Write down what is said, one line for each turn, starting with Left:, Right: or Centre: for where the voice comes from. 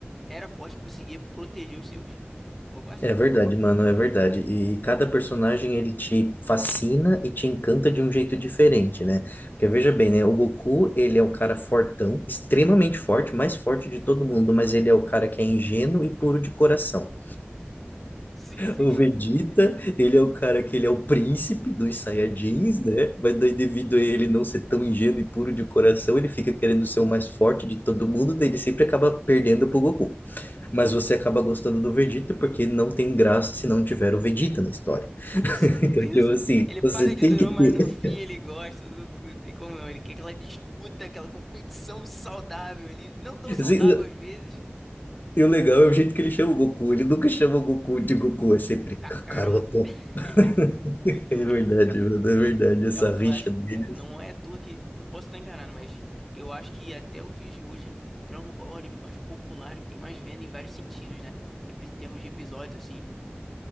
Centre: era forte, que conseguia proteger os seus. Concorda?
Left: É verdade, mano, é verdade, e cada personagem, ele te fascina e te encanta de um jeito diferente, né? Porque veja bem, né, o Goku, ele é o cara fortão, extremamente forte, mais forte de todo mundo, mas ele é o cara que é ingênuo e puro de coração.
Centre: Sim, sim,
Left: O
Centre: <laughs>
Left: Vegeta, ele é o cara que ele é o príncipe dos Saiyajins, né? Mas daí, devido a ele não ser tão ingênuo e puro de coração, ele fica querendo ser o mais forte de todo mundo, daí ele sempre acaba perdendo pro Goku. Mas você acaba gostando do Vegeta porque não tem graça se não tiver o Vegeta na história.
Centre: com certeza.
Left: <laughs> Então, tipo assim,
Centre: Ele paga
Left: você
Centre: de
Left: tem
Centre: durão,
Left: que ter.
Centre: mas no fim ele gosta do Goku, não tem como não. Ele quer aquela disputa, aquela competição saudável ali, não tão saudável
Left: assim,
Centre: às vezes.
Left: E o legal é o jeito que ele chama o Goku. Ele nunca chama o Goku de Goku, é sempre
Centre: Kakaroto,
Left: Kakaroto. <laughs>
Centre: <laughs> muito
Left: É
Centre: bom.
Left: verdade,
Centre: cara.
Left: mano, é verdade, essa
Centre: É o clássico,
Left: rixa deles.
Centre: cara. Não é à toa que eu posso estar enganado, mas eu acho que até o dia de hoje Dragon Ball é o anime mais popular que tem mais venda em vários sentidos, né? Epi- Em termos de episódios assim.